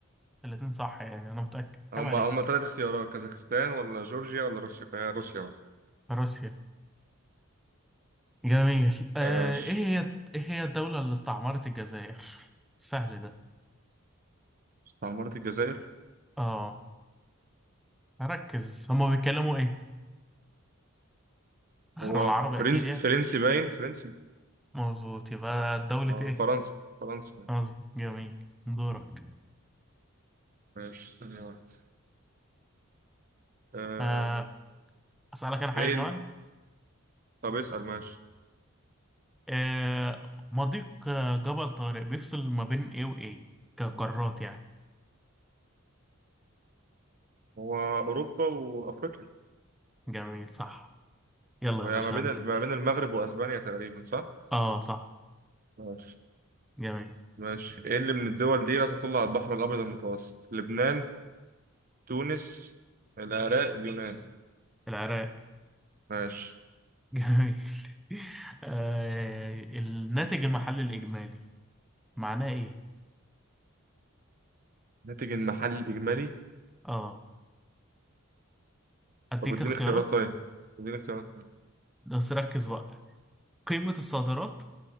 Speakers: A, in the centre; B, on the right.
A: الاتنين صح يعني أنا متأكد
B: هما
A: عيب عليك
B: هما تلات اختيارات كازاخستان ولا جورجيا ولا روسيا فهي روسيا بقى
A: روسيا جميل آه
B: ماشي
A: إيه هي إيه هي الدولة اللي استعمرت الجزائر سهل ده
B: استعمرت الجزائر
A: آه ركز هما بيتكلموا إيه غير
B: هو
A: العربي
B: فرنس
A: أكيد يعني
B: فرنسي باين فرنسي
A: مظبوط يبقى دولة
B: آه
A: إيه
B: فرنسا فرنسا
A: مظبوط جميل دورك
B: ماشي ثانية واحدة آه...
A: آه أسألك أنا حاجة
B: ايه
A: كمان
B: طب اسأل ماشي
A: آه مضيق آه، جبل طارق بيفصل ما بين ايه وايه كقارات يعني
B: هو أوروبا وأفريقيا
A: جميل صح يلا
B: وهي
A: يا باشا
B: ما بين
A: انت
B: ما بين المغرب وأسبانيا تقريبا صح؟
A: اه صح
B: ماشي
A: جميل
B: ماشي ايه اللي من الدول دي لا تطل على البحر الأبيض المتوسط؟ لبنان تونس العراق اليونان
A: العراق
B: ماشي
A: <laughs> جميل آه الناتج المحلي الاجمالي معناه ايه
B: الناتج المحلي الإجمالي
A: اه اديك
B: طب اديني
A: اختيارات
B: اختيارات طيب اديني اختيارات طيب.
A: بس ركز بقى قيمة الصادرات